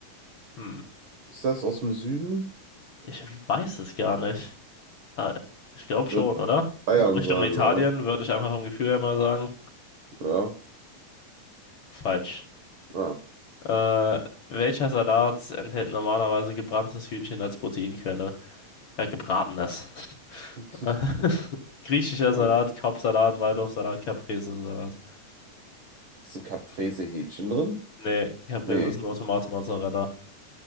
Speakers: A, on the left; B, on the right.
A: Hm,
B: Ist das aus dem Süden?
A: ich weiß es gar nicht. Ah, ich glaube
B: Würde
A: schon, oder?
B: Bayern
A: So Richtung
B: sagen,
A: Italien
B: ja.
A: würde ich einfach vom Gefühl her mal sagen.
B: Ja,
A: Falsch.
B: ah.
A: Äh, welcher Salat enthält normalerweise gebranntes Hühnchen als Proteinquelle? Äh, gebratenes.
B: <laughs>
A: <laughs> Griechischer
B: Junge.
A: Salat, Kopfsalat, Waldorfsalat, Caprese-Salat.
B: Ist ein Caprese-Hähnchen drin?
A: Nee, Caprese
B: Nee,
A: ist nur Tomate Mozzarella.